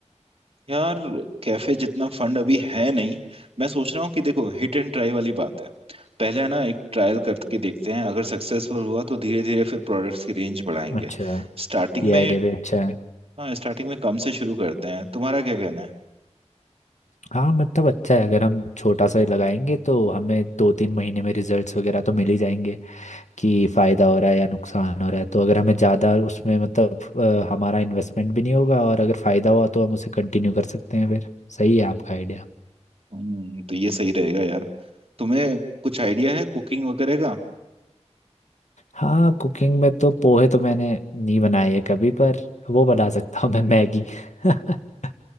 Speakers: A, on the right; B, on the left.
A: यार कैफे जितना फंड अभी है नहीं मैं सोच रहा हूँ कि देखो हिट एंड ट्राई वाली बात है पहले है ना एक ट्रायल करके देखते हैं अगर सक्सेसफुल हुआ तो धीरे धीरे फिर प्रोडक्ट्स की रेंज बढ़ाएंगे
B: अच्छा
A: स्टार्टिंग
B: ये
A: में
B: आइडिया भी अच्छा है
A: हाँ स्टार्टिंग में कम से शुरू करते हैं तुम्हारा क्या कहना है
B: हाँ मतलब अच्छा है अगर हम छोटा सा लगाएंगे तो हमें दो तीन महीने में रिजल्ट्स वगैरह तो मिल ही जाएंगे कि फ़ायदा हो रहा है या नुकसान हो रहा है तो अगर हमें ज़्यादा उसमें मतलब अ, हमारा इन्वेस्टमेंट भी नहीं होगा और अगर फ़ायदा हुआ तो हम उसे कंटिन्यू कर सकते हैं फिर सही है आपका आइडिया
A: हम्म तो ये सही रहेगा यार तुम्हें कुछ आइडिया है कुकिंग वगैरह
B: हाँ कुकिंग में तो पोहे तो मैंने नहीं बनाए है कभी पर वो बना सकता हूँ मैं मैगी <laughs>